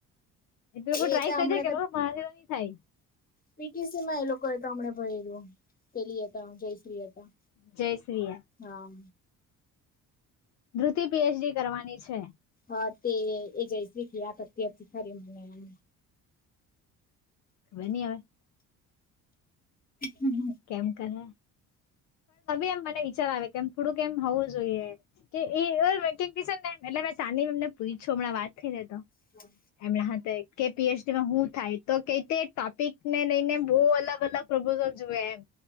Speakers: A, on the left; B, on the left.
A: લોકો ટ્રાય
B: એ તો હમણાં
A: કરીએ કે
B: તો
A: મારાથી તો નહી થાય
B: પીટીસી માં એ લોકો તમણે ભયલું પેલી એ તોજયશ્રી હતા
A: જય શ્રીયા
B: હા
A: ધુતિ પીએચડી કરવાની છે.
B: હા તે એ જયશ્રી કે આ કર ખરી મને એ
A: વે નઇ હવે
B: હમ્મ
A: કેમ કર એમ મને વિચાર આવે કેમ થોડુંક એમ હોવું જોઈએ કે એટલે મે ચા એમને પૂછો હમણાં વાત થઈ તો
B: હા
A: એમના હાથે કે પીએચડીમાં શું થાય તો ક તે ટોપિક ને લઈને બહુ અલગ અલગ પ્રપોઝલ જુએ એમ,